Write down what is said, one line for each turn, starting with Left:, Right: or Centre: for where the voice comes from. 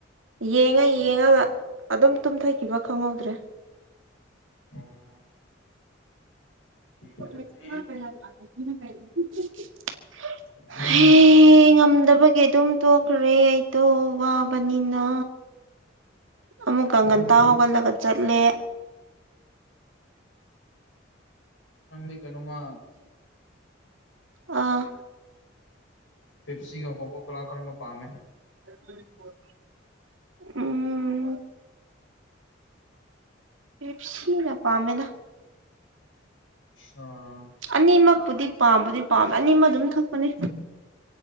Right: ꯌꯦꯡꯉ ꯌꯦꯡꯉꯒ ꯑꯗꯨꯝ ꯇꯨꯝꯊꯈꯤꯕ ꯈꯪꯍꯧꯗ꯭ꯔꯦ
Left: ꯑꯣ ꯌꯦꯡꯒꯗꯕꯅꯤ
Right: <unintelligible>
Left: ꯅꯪ
Right: ꯍꯦ ꯉꯝꯗꯕꯒꯤ ꯑꯗꯨꯝ ꯇꯣꯛꯈ꯭ꯔꯦ ꯑꯩꯗꯣ ꯋꯥꯕꯅꯤꯅ ꯑꯃꯨꯛꯀ ꯉꯟꯇꯥ
Left: ꯅꯪꯗꯤ
Right: ꯍꯧꯒꯠꯂꯒ ꯆꯠꯂꯦ
Left: ꯅꯪꯗꯤ ꯀꯩꯅꯣꯝꯃ
Right: ꯑꯥ
Left: ꯄꯦꯞꯁꯤꯒ ꯀꯣ ꯀꯣ ꯀꯣꯂꯥ ꯀꯔꯝꯕ ꯄꯥꯝꯃꯦ
Right: <unintelligible> ꯎꯝ ꯄꯦꯞꯁꯤꯅ ꯄꯥꯝꯃꯦꯗ
Left: ꯑꯥ
Right: ꯑꯅꯤꯃꯛꯄꯨꯗꯤ ꯄꯥꯝꯕꯨꯗꯤ ꯄꯥꯝꯃꯦ ꯑꯅꯤꯃꯛ ꯑꯗꯨꯝ ꯊꯛꯄꯅꯦ